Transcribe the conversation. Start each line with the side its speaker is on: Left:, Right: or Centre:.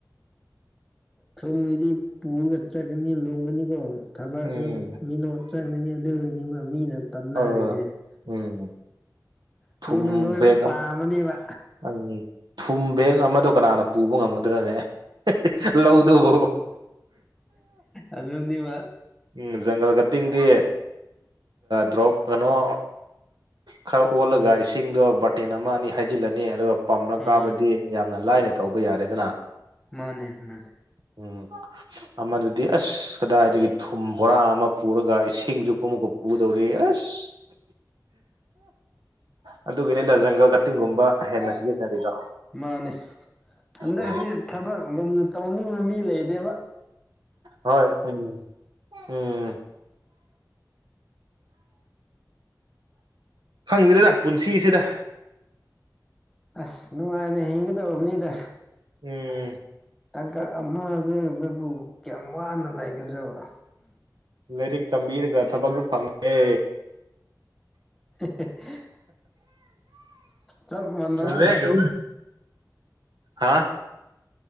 Centre: ꯊꯨꯝꯒꯤꯗꯤ ꯄꯨꯔ ꯆꯠꯀꯅꯤ ꯂꯣꯡꯒꯅꯤꯀꯣ ꯊꯕꯛꯁꯨ
Right: ꯎꯝ
Centre: ꯃꯤꯅ ꯆꯪꯒꯅꯤ ꯑꯗꯨꯒꯤꯅꯤꯕ ꯃꯤꯅ ꯇꯟꯅꯔꯤꯁꯦ
Right: ꯍꯣꯏ ꯎꯝ
Centre: ꯊꯨꯅ
Right: ꯊꯨꯝ
Centre: ꯂꯣꯏꯕ
Right: ꯕꯦꯒ
Centre: ꯄꯥꯝꯕꯅꯦꯕ
Right: ꯎꯝ ꯊꯨꯝ ꯕꯦꯛ ꯑꯃꯗꯣ ꯀꯅꯥꯅ ꯄꯨꯕ ꯉꯝꯒꯗ꯭ꯔꯅꯦ ꯂꯧꯗꯨꯕꯨ
Centre: ꯑꯗꯨꯗꯣꯅꯤꯕ
Right: ꯎꯝ ꯖꯪꯒꯜ ꯀꯇꯤꯡꯗꯤ ꯗ꯭ꯔꯣꯞ ꯀꯩꯅꯣ ꯈꯔ ꯑꯣꯜꯂꯒ ꯏꯁꯤꯡꯗꯣ ꯕꯥꯇꯤꯟ ꯑꯃ ꯑꯅꯤ ꯍꯩꯖꯤꯜꯂꯅꯤ ꯑꯗꯨꯒ ꯄꯝꯅ
Centre: ꯎꯝ
Right: ꯀꯥꯕꯗꯤ ꯌꯥꯝꯅ ꯂꯥꯏꯅ ꯇꯧꯕ ꯌꯥꯔꯦꯗꯅ
Centre: ꯃꯥꯟ ꯑꯍꯃꯥꯟ
Right: ꯎꯝ ꯑꯃꯗꯨꯗꯤ ꯑꯁ ꯀꯗꯥꯏꯗꯒꯤ ꯊꯨꯝ ꯕꯣꯔꯥ ꯑꯃ ꯄꯨꯔꯒ ꯏꯁꯤꯡꯁꯨ ꯄꯨꯃꯨꯀ ꯄꯨꯗꯧꯔꯤ ꯑꯁ ꯑ ꯑꯗꯨꯒꯤꯅꯦꯗ ꯖ ꯪꯒꯜꯗ ꯇꯤꯡꯒꯨꯝꯕ ꯍꯦꯟꯅ ꯁꯤꯖꯤꯟꯅꯔꯤꯗꯣ
Centre: ꯃꯥꯅꯦ ꯍꯟꯗꯛꯁꯤ
Right: ꯎ
Centre: ꯊꯕꯛ ꯂꯨꯝꯅ ꯇꯧꯅꯤꯡꯕ ꯃꯤ ꯂꯩꯔꯦꯕ
Right: ꯍꯣꯏ ꯎꯝ ꯎꯝ ꯍꯪꯗꯦꯗ ꯄꯨꯟꯁꯤꯁꯤꯗ
Centre: ꯑꯁ ꯅꯨꯡꯉꯥꯏꯅ ꯍꯤꯡꯒꯗꯧꯕꯅꯤꯗ
Right: ꯎꯝ
Centre: ꯇꯥꯡꯀꯛ ꯑꯃꯗ ꯅꯕꯨ ꯀꯌꯥꯝ ꯋꯥꯅ ꯂꯩꯒꯗ꯭ꯔꯕꯅꯣ
Right: ꯂꯥꯏꯔꯤꯛ ꯇꯝꯕꯤꯔꯒ ꯊꯕꯛꯁꯨ ꯐꯪꯉꯦ
Centre: <inaudible> ꯆꯞ ꯃꯥꯟꯅꯩ
Right: ꯂꯦꯖꯣ ꯍꯥꯥ